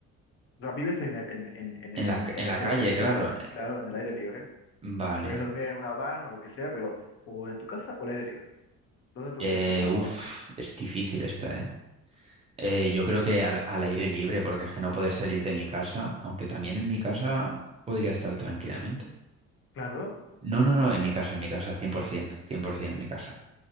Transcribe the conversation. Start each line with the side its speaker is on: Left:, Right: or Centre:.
Left: O sea, vives en, la- en, en, en,
Right: En
Left: en,
Right: la,
Left: en
Right: en
Left: la
Right: la
Left: intemperie,
Right: calle, claro.
Left: en el- claro, en el aire libre.
Right: Vale.
Left: Puedes dormir en una van o lo que sea, pero o en tu casa o al aire libre. ¿Dónde te
Right: Eh,
Left: gustaría quedarte atrapado?
Right: uf, es difícil esta, ¿eh? Eh, yo creo que al, al aire libre, porque es que no poder salir de mi casa, aunque también en mi casa podría estar tranquilamente.
Left: Claro,
Right: No, no, no, en mi casa, en mi casa, cien cien, por ciento, cien por 100% en mi casa.